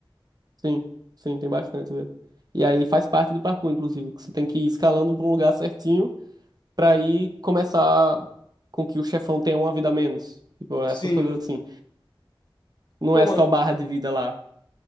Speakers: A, on the right; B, on the left.
A: Sim, sim, tem bastante, velho. E aí faz parte do parkour, inclusive, que você tem que ir escalando pra um lugar certinho pra aí começar com que o chefão tenha uma vida a menos. Tipo, essas
B: Sim.
A: coisas assim. Não
B: Pô,
A: é
B: mano,
A: só barra de vida lá.